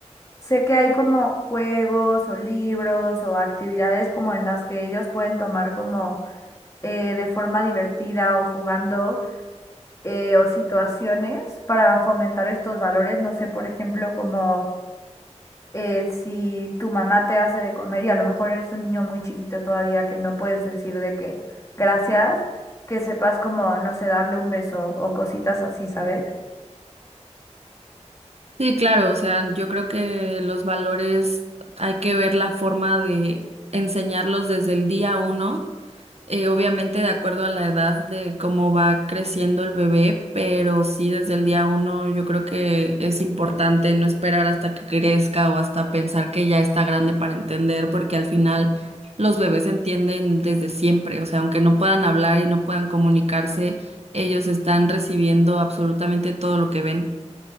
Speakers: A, on the left (about 25°); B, on the right (about 60°).
A: Sé que hay como juegos o libros o actividades como en las que ellos pueden tomar como eh, de forma divertida o jugando eh, o situaciones para fomentar estos valores. No sé, por ejemplo, como eh, si tu mamá te hace de comer y a lo mejor eres un niño muy chiquito todavía que no puedes decir de que gracias, que sepas como, no sé, darle un beso o cositas así, ¿sabes?
B: Sí, claro, o sea, yo creo que los valores hay que ver la forma de enseñarlos desde el día uno, eh, obviamente de acuerdo a la edad de cómo va creciendo el bebé, pero sí desde el día uno yo creo que es importante no esperar hasta que crezca o hasta pensar que ya está grande para entender, porque al final los bebés entienden desde siempre, o sea, aunque no puedan hablar y no puedan comunicarse, ellos están recibiendo absolutamente todo lo que ven.